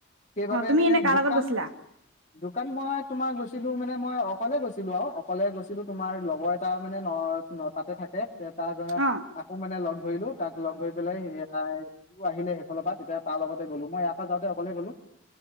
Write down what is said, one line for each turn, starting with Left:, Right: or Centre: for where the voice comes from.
Left: সেইবাবে
Right: অ', তুমি
Left: মানে
Right: এনে কাৰ
Left: দোকান
Right: লগত গৈছিলা?
Left: দোকান মই তোমাৰ গৈছিলো মানে মই অকলে গৈছিলো আৰু অকলে গৈছিলো তোমাৰ লগৰ এটা মানে ন' ন' তাতে থাকে। তাৰ ধৰা
Right: অ',
Left: আকৌ মানে লগ ধৰিলো তাক লগ ধই পেলাই সেয়াই সও আহিলে সেইফালৰ পৰা তেতিয়া তাৰ লগতে গ'লো মই ইয়াৰ পৰা যাওঁতে অকলে গ'লো।